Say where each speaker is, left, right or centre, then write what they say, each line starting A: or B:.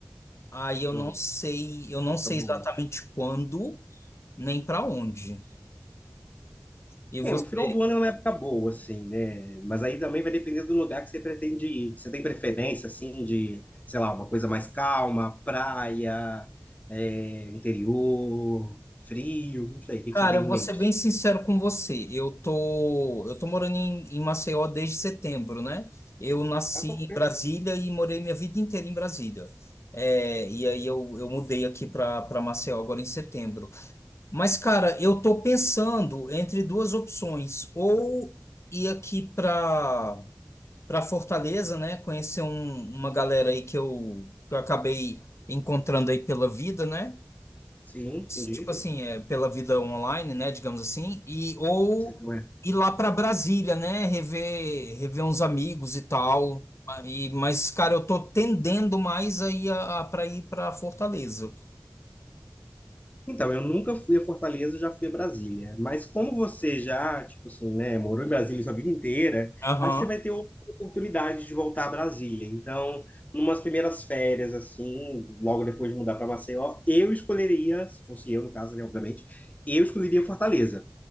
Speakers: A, on the left (about 70°); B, on the left (about 35°).
A: Aí
B: Show.
A: eu não sei, eu não
B: Época
A: sei
B: boa.
A: exatamente quando. Nem pra onde. E você?
B: É, o final do ano é uma época boa, assim, né? Mas aí também vai depender do lugar que você pretende ir. Você tem preferência, assim, de, sei lá, uma coisa mais calma, praia, é, interior, frio, não sei. O que
A: Cara,
B: que você tem
A: eu
B: em
A: vou
B: mente?
A: ser bem sincero com você. Eu tô, eu tô morando em, em Maceió desde setembro, né? Eu nasci
B: Ah, pô,
A: em
B: é.
A: Brasília e morei minha vida inteira em Brasília. É, e aí eu, eu mudei aqui para para Maceió agora em setembro. Mas, cara, eu tô pensando entre duas opções. Ou ir aqui para para Fortaleza, né? Conhecer um- uma galera aí que eu, que eu acabei encontrando aí pela vida, né?
B: Sim, entendi.
A: tipo assim, é, pela vida online, né, digamos assim, e ou
B: Sei como é.
A: ir lá para Brasília, né, rever, rever uns amigos e tal. E, mas, cara, eu tô tendendo mais aí a, a, para ir para Fortaleza.
B: Então, eu nunca fui a Fortaleza, eu já fui a Brasília. Mas como você já, tipo assim, né, morou em Brasília sua vida inteira,
A: Aham.
B: aí você vai ter outra oportunidade de voltar a Brasília. Então, numas primeiras férias, assim, logo depois de mudar para Maceió, eu escolheria, se fosse eu no caso, né, obviamente, eu escolheria Fortaleza.